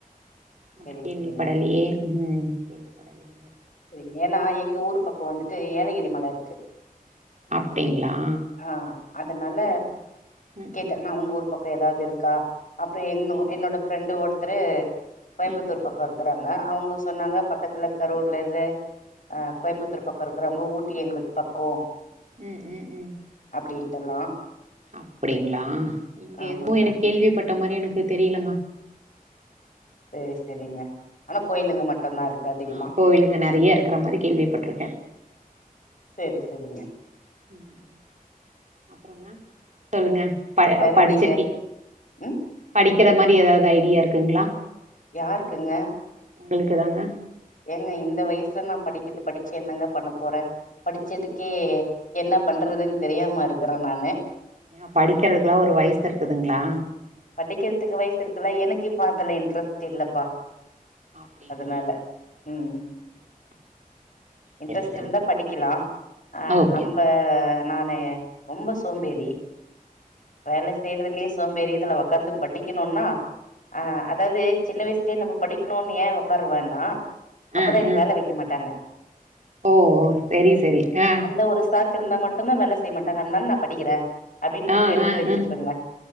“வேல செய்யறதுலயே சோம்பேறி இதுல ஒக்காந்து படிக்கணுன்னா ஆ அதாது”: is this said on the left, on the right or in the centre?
Left